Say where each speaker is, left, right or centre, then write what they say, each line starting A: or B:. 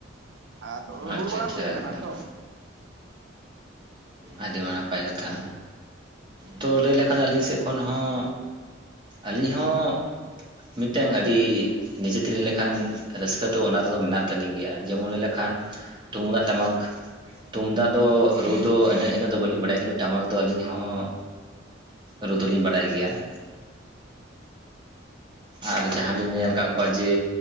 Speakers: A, on the right (about 65°); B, on the right (about 25°).
A: ᱾
B: ᱟᱪᱪᱷᱟ
A: ᱨᱩ ᱵᱟᱲᱟ
B: ᱟᱪᱪᱷᱟ
A: ᱦᱩᱭ ᱟᱠᱟᱱᱟ
B: ᱮᱠᱫᱚᱢ
A: ᱛᱚ ᱾
B: ᱟᱹᱰᱤ ᱱᱟᱯᱟᱭ ᱠᱟᱛᱷᱟ ᱛᱚ ᱞᱟᱹᱭ ᱞᱮᱠᱷᱟᱱ ᱟᱹᱞᱤᱧ ᱥᱮᱫ ᱠᱷᱚᱱ ᱦᱚᱸ ᱟᱹᱞᱤᱧ ᱦᱚᱸ ᱢᱤᱫᱴᱮᱱ ᱟᱹᱰᱤ ᱱᱤᱡᱮᱛᱮᱞᱤᱧ ᱞᱮᱠᱷᱟᱱ ᱨᱟᱹᱥᱠᱟᱹ ᱫᱚ ᱚᱱᱟ ᱨᱮᱫᱚ ᱢᱮᱱᱟᱜ ᱛᱟᱹᱞᱤᱧ ᱜᱮᱭᱟ ᱡᱮᱢᱚᱱ ᱞᱟᱹᱭ ᱞᱮᱠᱷᱟᱱ ᱛᱩᱢᱫᱟᱜ ᱴᱟᱢᱟᱠ ᱛᱩᱢᱫᱟᱜ ᱫᱚ ᱨᱩ ᱫᱚ ᱮᱱᱮ ᱤᱱᱟᱹᱜ ᱫᱚ ᱵᱟᱹᱞᱤᱧ ᱵᱟᱲᱟᱭᱟ ᱠᱤᱱᱛᱩ ᱴᱟᱢᱟᱠ ᱫᱚ ᱟᱹᱞᱤᱧ ᱦᱚᱸ ᱨᱩ ᱫᱩᱞᱤᱧ ᱵᱟᱲᱟᱭ ᱜᱮᱭᱟ ᱾ ᱟᱨ ᱡᱟᱦᱟᱸ ᱞᱤᱧ ᱧᱮᱞ ᱟᱠᱟᱫ ᱠᱚᱣᱟ ᱡᱮ